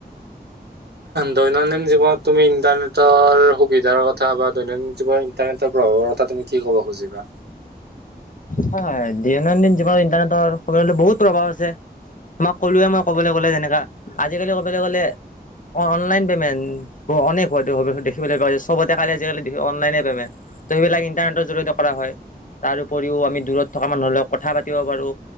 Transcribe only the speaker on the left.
হয় হয়, দৈনন্দিন জীৱনত ইণ্টাৰনেটৰ ক'বলৈ গলে বহুত প্ৰভাৱ আছে। তোমাক ক'লুৱে মই কবলৈ গ'লে যেনেকা, আজিকালি কবলৈ গ'লে অ - অনলাইন পেমেণ্ট অনেক <unintelligible> দেখিবলৈ <unintelligible> চবতে কালি আজিকালি দেখি অনলাইনে পেমেণ্ট। ত' সিবিলাক ইন্টাৰনেটৰ জৰি়য়তে কৰা হয় তাৰ উপৰিও আমি দূৰত থকা মানুহৰ লগ কথা পাতিব পাৰো।